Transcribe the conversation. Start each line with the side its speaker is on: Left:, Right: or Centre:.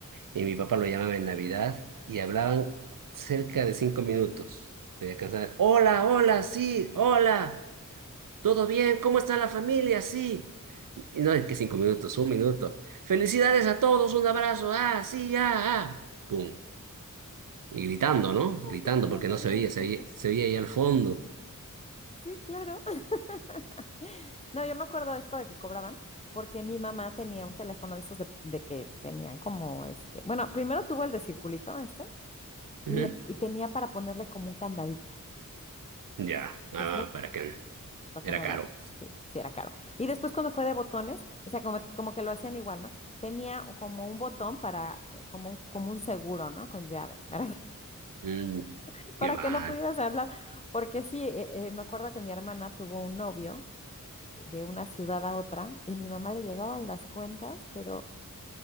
Right: y mi papá lo llamaba en Navidad y hablaban cerca de cinco minutos. Me alcanzaba, hola, hola, sí, hola, ¿todo bien? ¿Cómo está la familia? Sí. Y no es que cinco minutos, un minuto. Felicidades a todos, un abrazo, ah, sí, ah, ah. Pum. Y gritando, ¿no?
Left: Ay,
Right: Gritando
Left: qué cosa
Right: porque
Left: más
Right: no se
Left: graciosa.
Right: oía, se oía, se oía ahí al fondo.
Left: Sí, claro. <laughs> No, yo me acuerdo de esto de que cobraban, porque mi mamá tenía un teléfono de estos de, de que tenían como este. Bueno, primero tuvo el de circulito, este. Y,
Right: Ujú.
Left: le, y tenía para ponerle como un candadito.
Right: Ya,
Left: Entonces,
Right: ah,
Left: no,
Right: para qué.
Left: para
Right: Era
Left: que no
Right: caro.
Left: hablara. Sí, sí era caro. Y después cuando fue de botones, o sea, como, como que lo hacían igual, ¿no? Tenía como un botón para, como un, como un seguro, ¿no? Con llave, para que,
Right: Mm,
Left: <laughs> para
Right: qué mal.
Left: que no pudieras hablar. Porque sí, eh, eh, me acuerdo que mi hermana tuvo un novio de una ciudad a otra y mi mamá le llegaban las cuentas, pero...